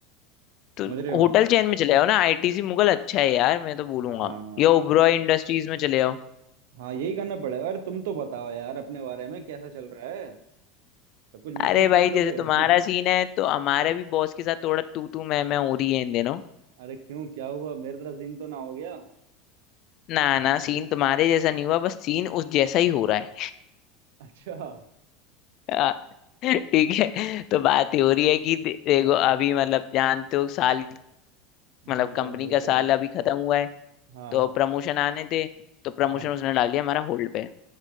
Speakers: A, on the left; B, on the right.
A: तो
B: समझ रहे हो
A: होटल चेन में चले जाओ ना आईटीसी मुगल अच्छा है यार मैं तो बोलूंगा
B: हाँ
A: या ओबरॉय इंडस्ट्रीज में चले जाओ
B: हाँ यही करना पड़ेगा अरे तुम तो बताओ यार अपने बारे में कैसा चल रहा है सब कुछ मुझसे
A: अरे
B: ही पूछ
A: भाई
B: लोगे
A: जैसे तुम्हारा
B: <laughs>
A: सीन है तो हमारे भी बॉस के साथ थोड़ा तू तू मैं मैं हो रही है इन दिनों
B: अरे क्यों क्या हुआ मेरे तरह सीन तो ना हो गया
A: ना ना सीन तुम्हारे जैसा नहीं हुआ बस सीन उस जैसा ही हो रहा है
B: अच्छा <laughs>
A: <laughs> आ, ठीक है तो बात ये हो रही है कि दे- देखो
B: हाँ
A: अभी मतलब जानते हो साल मतलब
B: बिल्कुल
A: कंपनी
B: बिल्कुल
A: का साल अभी खत्म हुआ है
B: हाँ
A: तो प्रमोशन आने थे तो प्रमोशन
B: हाँ
A: उसने डाल दिया हमारा होल्ड पे